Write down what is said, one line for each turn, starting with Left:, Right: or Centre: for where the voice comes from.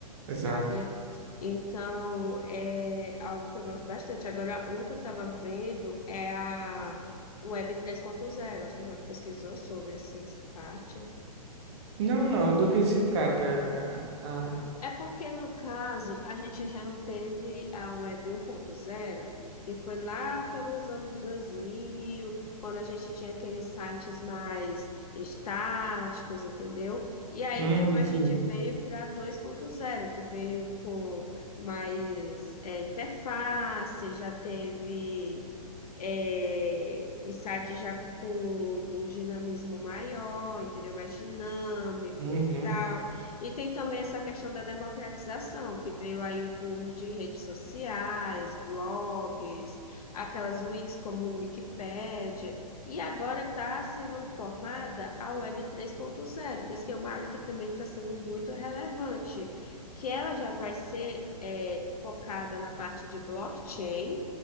Left: sabe?
Right: Exato.
Left: Então, é algo que eu gosto bastante. Agora, um que eu estava vendo é a Web três ponto zero Você já pesquisou sobre essa parte?
Right: Não, não, do que se trata? A... a-
Left: É porque, no caso, a gente já não teve a Web 1.0, que foi lá pelos anos 2000, quando a gente tinha aqueles sites mais estáticos, entendeu? E aí
Right: Hum,
Left: depois a
Right: sim.
Left: gente veio para 2.0, que veio com mais é, interface, já teve é, os sites já com um dinamismo maior, entendeu? Mais dinâmico
Right: Uhum,
Left: e tal. E tem também essa questão da democratização, que veio aí o boom de redes sociais, blogs, aquelas wikis como o Wikipédia, e agora está sendo formada a Web 3.0, por isso que é uma área que também está sendo muito relevante, que ela já vai ser é, focada na parte de blockchain,